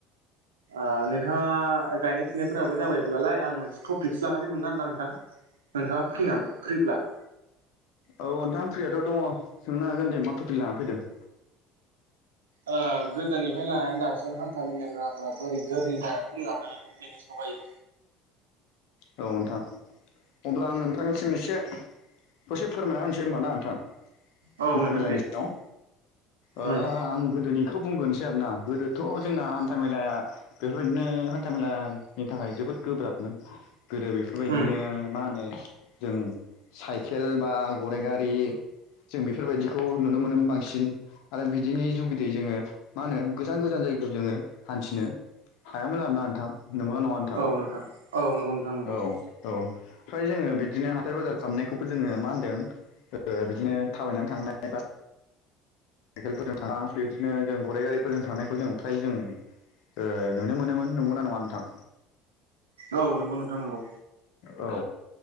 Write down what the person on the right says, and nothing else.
ओ नोंथाङा गायनाय फुनायफोराबो जाबायब्लालाय आं मोनसे टपिकसो लाना फैदोंमोन आरो ना नोंथां नोंथाङा फ्रिना फ्रिब्ला
ओ गोदोनिफ्राय लानानै दासिम हान्था मेलानि राहाफ्रा बोरै गोरलै जानानै फैयामोन बेनि सायावहाय
औ
नोंथां
दे
उम
उम
औ नोंथां औ नंगौ नोंथां नंगौ
औ नंगौ नोंथां नंगौ